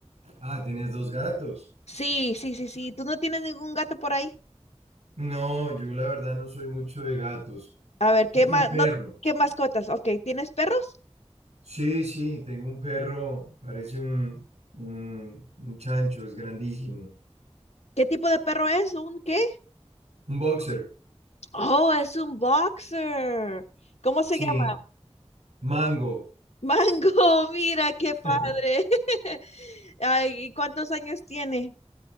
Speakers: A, on the right; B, on the left.
A: Ah, tienes dos gatos.
B: Sí, sí, sí, sí. ¿Tú no tienes ningún gato por ahí?
A: No, yo la verdad no soy mucho de gatos.
B: A ver, ¿qué
A: Tengo
B: más,
A: un perro.
B: no, qué mascotas? Ok, ¿tienes perros?
A: Sí, sí, tengo un perro. Parece un, un, un chancho, es grandísimo.
B: ¿Qué tipo de perro es? ¿Un qué?
A: Un boxer.
B: Oh, es un boxer. ¿Cómo se
A: Sí,
B: llama?
A: Mango.
B: Mango, <laughs> mira qué
A: <laughs>
B: padre. <laughs> Ay, ¿y ¿cuántos años tiene?